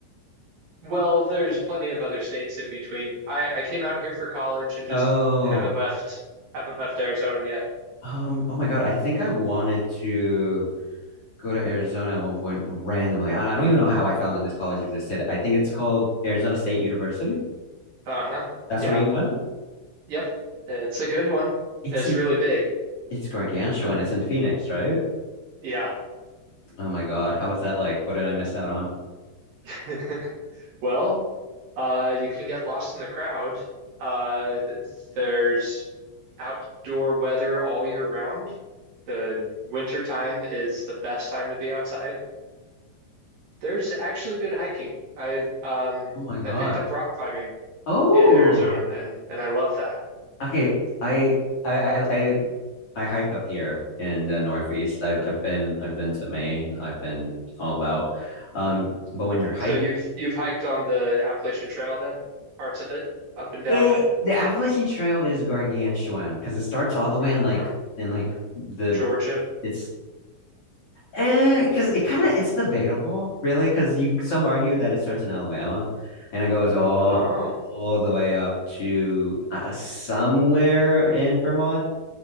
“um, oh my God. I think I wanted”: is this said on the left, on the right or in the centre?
Left